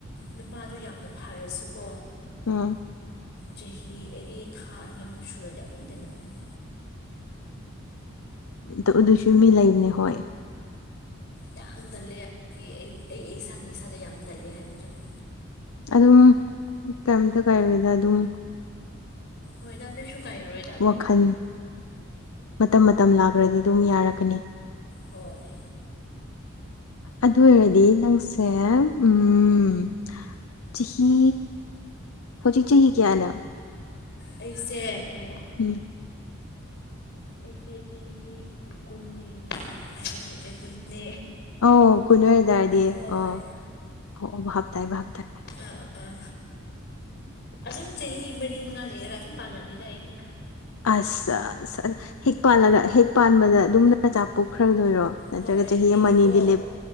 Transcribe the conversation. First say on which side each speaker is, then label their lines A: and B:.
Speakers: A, on the left; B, on the left.
A: ꯅꯨꯄꯥꯗꯨ ꯌꯥꯝꯅ ꯐꯔꯁꯨꯀꯣ
B: ꯑꯝ
A: ꯆꯍꯤ ꯑꯩꯗꯤ ꯊꯥ ꯑꯅꯤ ꯑꯍꯨꯝ ꯁꯨꯔꯗꯤ ꯑꯗꯨꯝ ꯄꯦꯟꯂꯛꯄꯅꯦ
B: ꯑ ꯑꯗꯨꯁꯨ ꯃꯤ ꯂꯩꯕꯅꯦ ꯍꯣꯏ
A: ꯌꯥꯝ ꯇꯜꯂꯦ ꯑꯩ ꯑꯩ ꯑꯩ ꯏꯁꯥꯅ ꯏꯁꯥꯗ ꯌꯥꯝ ꯇꯜꯂꯦ ꯍꯥꯏꯕꯗꯨꯅꯤ
B: ꯑꯗꯨꯝ ꯀꯩꯝꯇ ꯀꯥꯏꯗꯦꯗ ꯑꯗꯨꯝ
A: ꯍꯣꯏꯗꯥ ꯀꯩꯁꯨ ꯀꯥꯏꯔꯣꯏꯗ ꯑꯗꯨꯝ
B: ꯋꯥꯈꯜ
A: ꯃꯇꯝ ꯂꯥꯛ
B: ꯃꯇꯝ ꯃꯇꯝ ꯂꯥꯛꯔꯥꯗꯤ ꯑꯗꯨꯝ ꯌꯥꯔꯛꯀꯅꯤ
A: ꯍꯣꯏ
B: ꯑꯗꯨ ꯑꯣꯏꯔꯗꯤ ꯅꯪꯁꯦ ꯎꯝ ꯆꯍꯤ ꯍꯧꯖꯤꯛ ꯆꯍꯤ ꯀꯌꯥꯅꯣ
A: ꯑꯩꯁꯦ ꯉꯥꯏꯈꯣ
B: ꯎꯝ
A: ꯑꯩꯁꯦ ꯆꯍꯤ ꯀꯨꯟꯅꯦ ꯍꯥꯏꯕ ꯍꯩꯇ꯭ꯔꯦ ꯀꯨꯟꯅꯦ
B: ꯑꯣ ꯀꯨꯟ ꯑꯣꯢꯇꯔꯗꯤ
A: ꯍꯣꯏ
B: ꯑꯣ ꯑꯣ ꯑꯣ ꯚꯞ ꯇꯥꯏ ꯚꯞ ꯇꯥꯏ <inaudible>
A: ꯑꯥ ꯑꯥ ꯑꯁꯨꯝ ꯆꯍꯤ ꯃꯔꯤ ꯃꯉꯥ ꯂꯩꯔꯒ ꯑꯗꯨꯝ ꯄꯥꯜꯂꯝꯃꯤꯗ ꯑꯩꯗꯤ
B: ꯑꯁ ꯑ ꯍꯦꯛ ꯄꯥꯜꯂꯒ ꯍꯦꯛ ꯄꯥꯟꯕꯗ ꯑꯗꯨꯝ ꯅꯆꯥ ꯄꯣꯛꯈ꯭ꯔꯗꯣꯏꯔꯣ ꯅꯠꯇ꯭ꯔꯒ
A: ꯍꯣꯏ
B: ꯆꯍꯤ
A: ꯑꯩꯗꯤꯀꯣ
B: ꯑꯃ ꯑꯅꯤꯗꯤ ꯂꯦꯞ